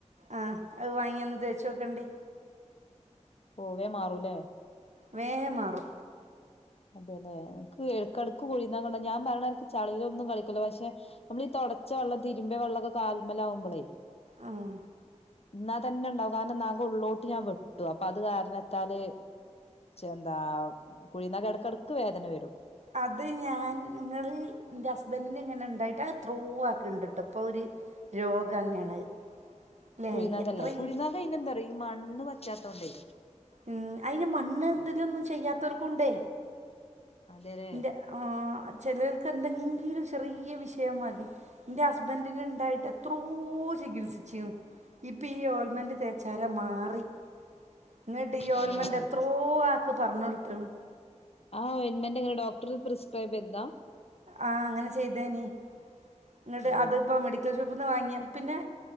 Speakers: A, on the right (about 70°); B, on the left (about 55°).
A: ആഹ് അത് വാങ്ങിയൊന്ന് തേച്ചോക്കണ്ടി
B: പോവേ മാറൂലേ
A: വേഹേ മാറു
B: അതെല്ലേ ഇടക്കിടക്ക് കൊഴിയുന്ന കൊണ്ട ഞാൻ പറഞ്ഞ ചളയിലൊന്നും കളിക്കല്ല പക്ഷെ നമ്മൾ ഈ തൊടച്ച വെള്ളം തിരുമ്പിയ വെള്ളൊക്കെ കാൽമൽ ആകുമ്പോളേ
A: ആഹ
B: എന്നാ തന്നെ ഉണ്ടാവും കാരണം നാങ്ക ഉള്ളോട്ട് ഞാൻ വെട്ടു അപ്പൊ അത് കാരണത്താൽ എന്താ കുഴിന്നഖ എടക്ക് വേദന വരും
A: അത് ഞാൻ നിങ്ങള് എന്റെ ഹസ്ബൻഡന് ഇങ്ങനെ ഉണ്ടായിട്ട് അത് ത്രൂ ആക്കിണ്ടിട്ട് ഇപ്പൊ ഒരു രോഗം തന്നെയാണ് അല്ലേ
B: കുഴിനഖ
A: എത്ര
B: അല്ലേ കുഴിന
A: ഈ-
B: നഖ പിന്നെ എന്താ പറയാ ഈ മണ്ണ് പ റ്റത്തൊണ്ടേയ്
A: ഉ അതിന് മണ് ഇതിലൊന്നും ചെയ്യാത്തവർ കുണ്ടേ
B: അതെല്ലേ
A: ന്റെ ആ ചെലൾക്ക് എന്തെങ്കിലും ചെറിയ വി വിഷയം മതി എന്റെ ഹസ്ബൻറിന് ഉണ്ടായിട്ട് എത്രയൊ ചികിത്സിച്ചു ഇപ്പൊ ഈ ഓൾമന്റ് തേച്ചാര മാറി ഇങ്ങിട്ട് ഈ യോൽമൻറെ
B: അതെല്ലേ
A: എത്രോ ആക്ക് പറഞ്ഞ കൊടുത്തും
B: ആ ഒൽമെന്റ് എങ്ങനെ ഡോക്ടർ പ്രിസ്ക്രൈബ് ചെയ്താ
A: ആ അങ്ങനെ ചെയ്തേനി ഇങ്ങട്ട്
B: ഓ
A: അത്പ്പ മെഡിക്കൽ ഷോപ്പ് ത്തുന്ന വാങ്ങിയ പിന്നെ